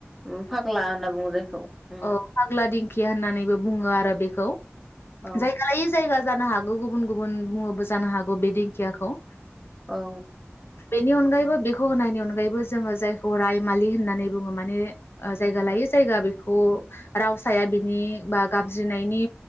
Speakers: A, in the centre; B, on the left.
A: अम फाग्ला होनना बुङो जायखौ उम
B: औ फाग्ला दिंखि खिया होननानैबो बुङो आरो बेखौ
A: औ
B: जायगा लायै जायगा जानो हागौ गुबुन गुबुन बुङोबो जानो हागौ बे दिंखियाखौ
A: औ
B: बेनि अनगायैबो बेखौ होनायनि अनगायैबो जोङो जायखौ रायमालि होननानै बुङो माने जायगा लायो जायगा बे खौ रावसाया बिनि बा गाबज्रिनायनि